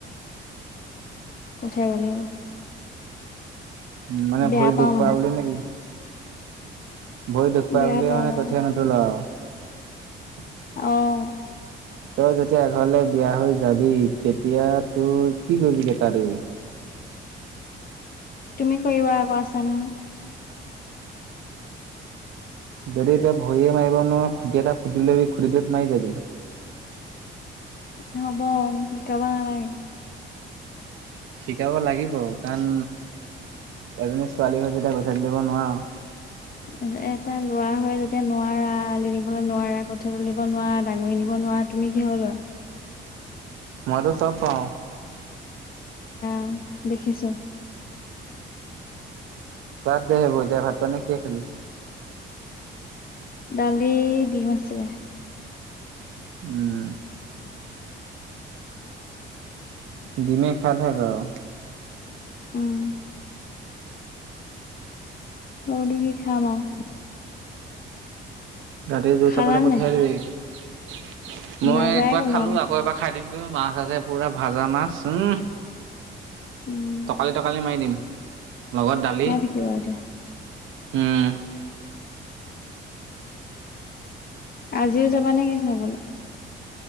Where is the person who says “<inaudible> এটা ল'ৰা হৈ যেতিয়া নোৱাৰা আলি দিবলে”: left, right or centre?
Left